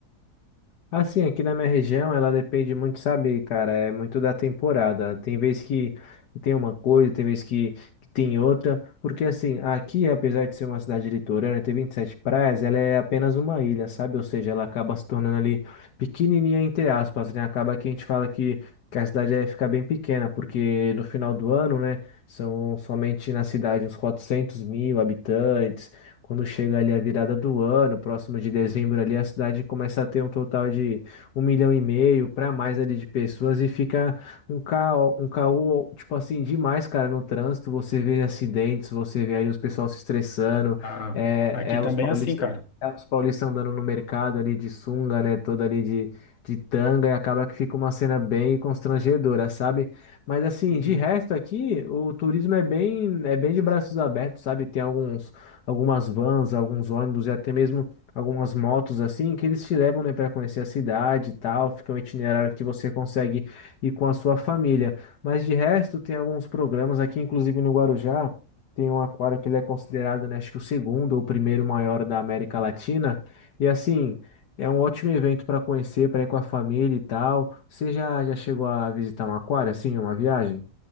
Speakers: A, on the left; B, on the left.
A: Assim, aqui na minha região, ela depende muito, sabe, cara, é muito da temporada. Tem vez que que tem uma coisa, tem vez que, que tem outra, porque assim, aqui, apesar de ser uma cidade litorânea, ter 27 praias, ela é apenas uma ilha, sabe? Ou seja, ela acaba se tornando ali pequenininha, entre aspas, né? Acaba que a gente fala que, que a cidade ia ficar bem pequena, porque no final do ano, né, são somente na cidade uns 400 mil habitantes, quando chega ali a virada do ano, próximo de dezembro ali, a cidade começa a ter um total de um milhão e meio para mais ali de pessoas e fica um caos, um caos, tipo assim, demais, cara, no trânsito. Você vê acidentes, você vê aí os pessoal se estressando,
B: Ah,
A: é,
B: aqui
A: é
B: também
A: os paulistas,
B: é assim, cara.
A: é os paulistas andando no mercado ali de sunga, né, toda ali de, de tanga, e acaba que fica uma cena bem constrangedora, sabe? Mas assim,
B: Uhum.
A: de resto aqui, o turismo é bem, é bem de braços abertos, sabe? Tem alguns algumas vans, alguns ônibus e até mesmo algumas motos assim, que eles te levam, né, para conhecer a cidade e tal. Fica um itinerário que você consegue ir com a sua família. Mas de resto, tem alguns programas aqui, inclusive no Guarujá, tem um aquário que ele é considerado, né, acho que o segundo ou o primeiro maior da América Latina. E assim, é um ótimo evento para conhecer, para ir com a família e tal. Você já, já chegou a visitar um aquário assim, em uma viagem?